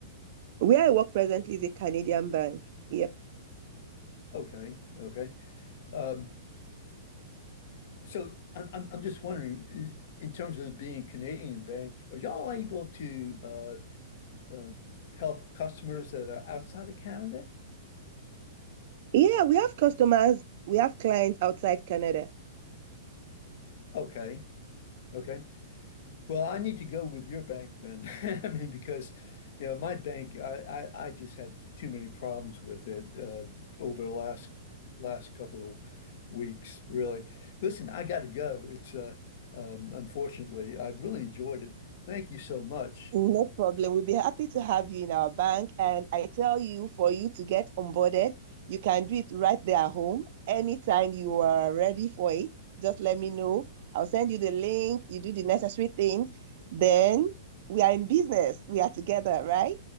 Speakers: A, on the right; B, on the left.
A: Where I work presently is a Canadian bank. Yep.
B: Okay, okay. Um, So I'm I'm I'm just wondering, i- in terms of being a Canadian bank, are y'all able to uh, uh, help customers that are outside of Canada?
A: Yeah, we have customers, we have clients outside Canada.
B: Okay, okay. Well, I need to go with your bank then. <laughs> I mean, because you know my bank, I I, I just had too many problems with it uh, over the last last couple of weeks, really. Listen, I got to go. It's uh, um, unfortunately, I really enjoyed it. Thank you so much.
A: No problem. We'll be happy to have you in our bank. And I tell you, for you to get onboarded, you can do it right there at home. Anytime you are ready for it, just let me know. I'll send you the link. You do the necessary things. Then we are in business. We are together, right?